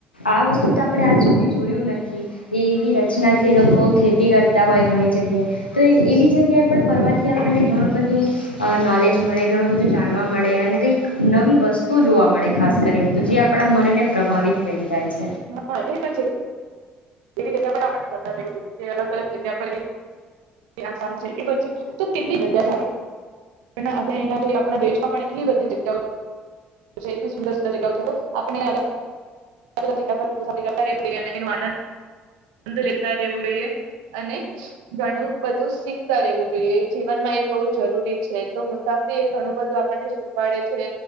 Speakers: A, on the left; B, on the right.
A: આ વસ્તુ તો આપણે આજ સુધી જોઈ થી એ એવી રચના થી એ લોકો ખે તી કરતા હોય, ઘણી જગ્યાએ તો એવી જગ્યાએ પણ ફરવાથી આપણને ઘણું બધું નોલેજ મળે, ઘણું બધું જાણવા મળે અને કઈક નવી વસ્તુ તું જોવા મળે ખાસ કરીને, તો જે આપણા મનને પ્રભાવિત વેળ જાય છે.
B: હા, એતો છે. એવી જગ્યા પણ <unintelligible> અલગ અલગ જગ્યા પર એ એ આસામ છે કે પછી તો કેટલી જગ્યા છે આપણે આપ અહિયાં જો આપણા દેશમાં પણ એટલી બધી જગ્યા ઓ છે, કેટલી સુંદર સુંદર જગ્યાઓ છે કે આપણે અલગ અલગ જગ્યા મુસાફરી કરતા રહેવું જોઈએ ને એનો આનંદ લેતા રહેવું જોઈએ અને ઘણું બધું શીખતા રહેવું જોઈએ જીવનમાં એ બહ જરૂરી છે, તો મુસાફરી એ ઘણું બધું આપણને શીખવાડે છે,